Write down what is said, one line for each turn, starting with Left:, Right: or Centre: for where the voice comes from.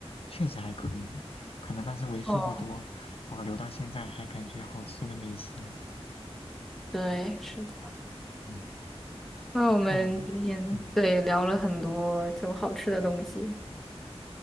Left: 确实还可以，可能那是为数不多保留到现在还感觉好吃的美食了。
Centre: 哦，对，是的。
Left: 嗯，
Centre: 那我们今天对聊了很多就好吃的东西，
Left: 那我们，嗯